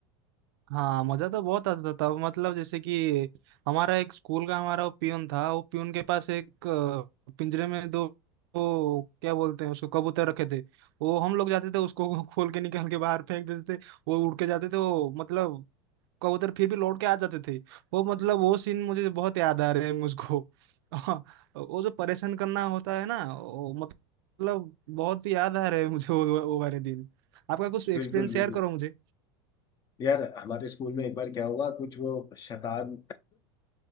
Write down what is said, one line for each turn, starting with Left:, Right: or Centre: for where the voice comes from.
Right: हाँ मजा तो बहुत आता था मतलब जैसे कि हमारा एक स्कूल का हमारा वो पियून था वो पियून के पास एक अ, पिंजरे में दो वो क्या बोलते हैं उसको कबूतर रखे थे वो हम लोग जाते थे उसको <laughs> खोल के निकाल के बाहर फेंक देते थे वो उड़ के जाते थे वो मतलब कबूतर फिर भी लौट के आ जाते थे वो मतलब वो सीन मुझे बहुत याद आ रहे हैं मुझको <laughs> हाँ, वो जो परेशान करना होता है ना वो मतलब बहुत ही याद आ रहे हैं मुझे वो वो वाले दिन आपका कुछ एक्सपीरियंस
Left: बिल्कुल बिल्कुल
Right: शेयर करो मुझे
Left: यार हमारे स्कूल में एक बार क्या हुआ कुछ वो शैतान